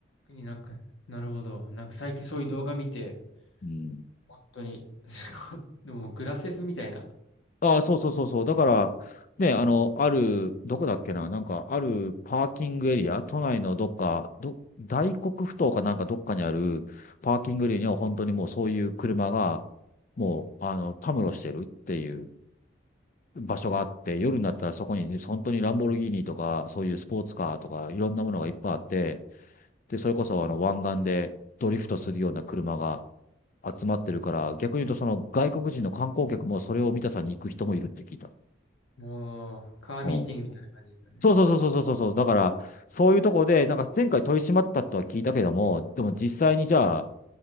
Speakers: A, on the left; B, on the left.
A: あ、なんか、なるほど。なんか最近そういう動画見て、
B: うん。
A: 本当に、<laughs> でもグラセフみたいな、
B: ああ、そうそうそうそう。だから、ね、あの、ある、どこだっけな、なんか、あるパーキングエリア、都内のどっか、ど、大黒ふ頭かなんかどっかにあるパーキングエリアには本当にもうそういう車が、もう、あの、たむろしてるっていう場所があって、夜になったらそこに、ね、本当にランボルギーニとか、そういうスポーツカーとか、いろんなものがいっぱいあって、で、それこそあの、湾岸でドリフトするような車が集まってるから、逆に言うとその外国人の観光客もそれを見たさに行く人もいるって聞いた。
A: もう、カーミーティングみたいな感じでしたね。
B: うんそうそうそうそうそうそう。だから、そういうとこで、なんか前回取り締まったとは聞いたけども、でも実際にじゃあ、